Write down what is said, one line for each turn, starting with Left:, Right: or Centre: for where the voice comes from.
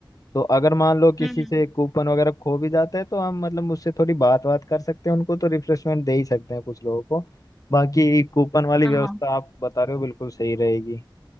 Left: तो अगर मान लो किसी
Centre: हम्म हम्म,
Left: से
Centre: हम्म,
Left: कूपन वगैरह खो भी जाता है तो हम मतलब उससे थोड़ी बात बात कर सकते हैं उनको तो रिफ्रेशमेंट दे ही सकते हैं कुछ लोगों को बाकी कूपन वाली
Centre: हाँ
Left: व्यवस्था
Centre: हाँ
Left: आप बता रहे हो बिल्कुल सही रहेगी